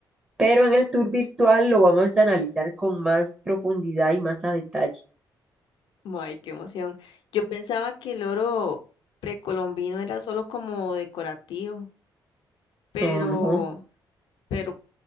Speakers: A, on the right (about 15°); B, on the left (about 80°).
A: pero en el tour virtual lo vamos a analizar con más profundidad y más a detalle.
B: ¡Ay, qué emoción. Yo pensaba que el oro precolombino era solo como decorativo, pero...
A: No, no.
B: pero